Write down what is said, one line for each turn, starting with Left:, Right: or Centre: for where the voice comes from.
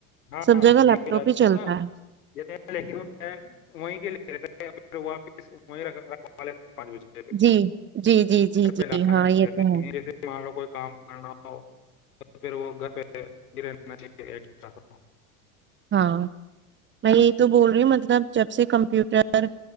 Left: ہاںاں
Right: سب جگہ لیپ
Left: یہ
Right: ٹاپ
Left: رہ
Right: ہی چلتا
Left: نا
Right: ہے
Left: ل وہ لے رہتا پھر وہ پ <unintelligible> اس رو <unintelligible> پانچ بجے
Right: جی جی جی جی
Left: ڈر
Right: جی
Left: پہلانے
Right: ہاں یہ
Left: دیتے
Right: تو ہے
Left: نہیں جیسے لوگ کو <unintelligible> کام کرنا ہو تو پھر وہ گھر پہ گرے رہنا چاہیے <unintelligible> <inaudible>
Right: ہاں میں یہی تو بول رہی ہ مطلب جب سے کمپیوٹر